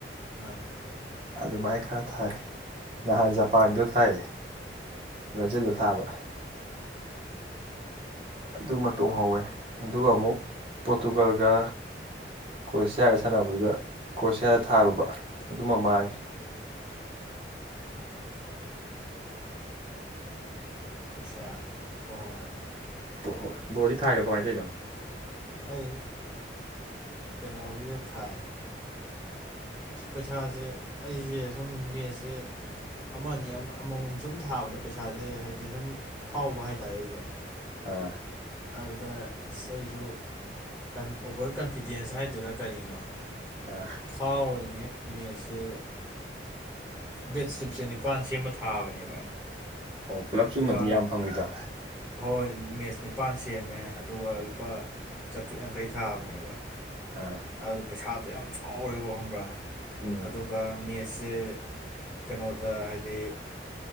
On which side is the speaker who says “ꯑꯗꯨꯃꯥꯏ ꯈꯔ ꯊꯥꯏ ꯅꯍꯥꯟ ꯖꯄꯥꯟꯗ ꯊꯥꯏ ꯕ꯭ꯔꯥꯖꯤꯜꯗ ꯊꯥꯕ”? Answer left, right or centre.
Right